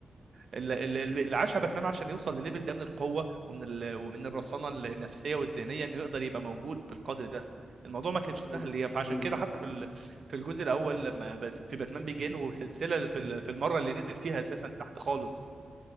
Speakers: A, on the right; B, on the left.
A: ال- ال- ال- اللي عاشها
B: مم.
A: باتمان عشان يوصل لليفل ده من القوه ومن ال... ومن الرصانه النفسيه والذهنيه انه يقدر يبقى موجود بالقدر ده الموضوع ما كانش سهل
B: مم.
A: ليه فعشان
B: مم.
A: كده حتى في ال... في الجزء الاول لما بات... في باتمان بيجين وسلسله في ال... في المره اللي نزل فيها اساسا تحت خالص